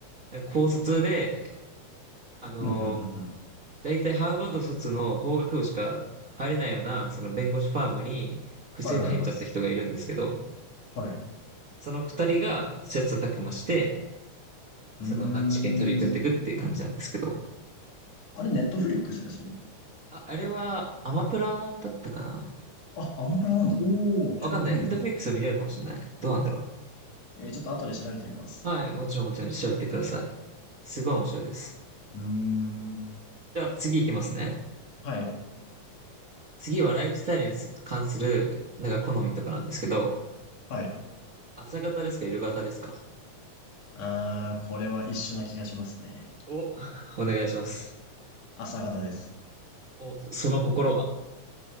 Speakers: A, on the right; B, on the left.
A: なんか高卒で、あの
B: うん、うん、うんうん。
A: 大体ハーバード卒の法学部しか入れないような、その弁護士ファームに不正で入っちゃった人がいるんですけど、
B: はい、はい、はい。はい。
A: その二人が切磋琢磨して、
B: うーん。
A: その難治験に取り組んでいくっていう感じなんですけど。
B: あれ、ネットフリックスです
A: あ、あれはアマプラだったかな
B: あ、アマプラなんだ。おー、
A: わかんない。
B: ちょうどいいな。
A: ネットフリックス見れるかもしれない。どうなんだろ
B: えー、ちょっと後で調べてみます。
A: う。はい、もちろんもちろん調べてください。すごい面白いです。
B: うーん。
A: じゃあ次行きますね。
B: はい、
A: 次はライフスタイルにす関する、なんか好みとかなんですけど、
B: はい。
A: 朝型ですか、夜型ですか
B: あー、これは一緒な気がしますね。
A: お、<laughs> お願いします。
B: 朝方です。
A: お、その心は。